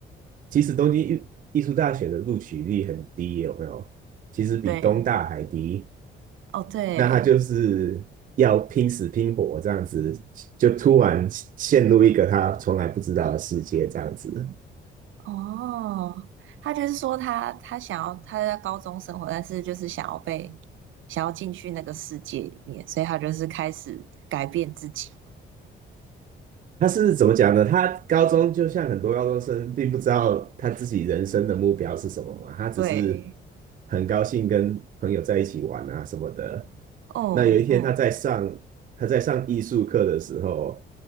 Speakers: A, on the right; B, on the right.
A: 其实东京艺艺术大学的录取率很低，有没有？其实比东大还低。
B: 对，哦对，
A: 那他就是要拼死拼活这样子，就突然陷入一个他从来不知道的世界这样子。
B: 哦，他就是说他他想要他在高中生活，但是就是想要被想要进去那个世界里面，所以他就是开始改变自己。
A: 他是怎么讲呢？他高中就像很多高中生，并不知道他自己人生的目标是什么嘛，他只是
B: 对，
A: 很高兴跟朋友在一起玩啊什么的。
B: 哦哦，
A: 那有一天他在上他在上艺术课的时候，